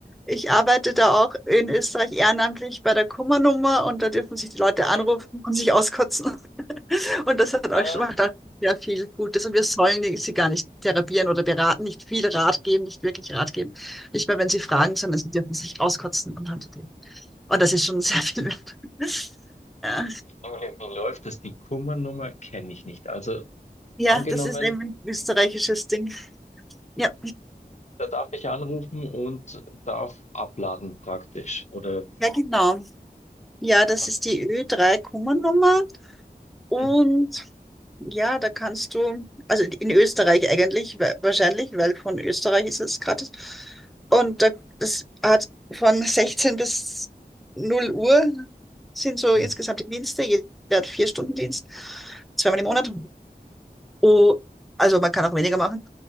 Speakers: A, in the centre; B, on the left.
A: Ich arbeite da auch in Österreich ehrenamtlich bei der Kummernummer und da dürfen sich die Leute
B: Mhm.
A: anrufen und sich auskotzen. Und das hat auch
B: Ah,
A: schon macht auch sehr viel Gutes. Und wir sollen sie gar nicht therapieren oder beraten, nicht viel Rat geben, nicht wirklich Rat geben. Nicht mehr, wenn sie fragen,
B: ja,
A: sondern sie dürfen sich auskotzen und haben die. Und das ist schon <laughs> sehr viel wert. <laughs> Ja,
B: wie, wie, wie läuft das? Die Kummernummer kenne ich nicht. Also
A: Ja,
B: angenommen,
A: das ist eben ein österreichisches Ding. Ja,
B: da darf ich anrufen und darf abladen praktisch. Oder
A: ja, genau. Ja, das
B: ab-
A: ist die Ö3-Kummernummer. Und
B: Mhm.
A: Ja, da kannst du, also in Österreich eigentlich, wa- wahrscheinlich, weil von Österreich ist es gratis. Und da, das hat von 16 bis 0 Uhr sind so
B: Mhm.
A: insgesamt die Dienste. Jeder hat vier Stunden Dienst, zweimal im Monat. Oh, also man kann auch weniger machen.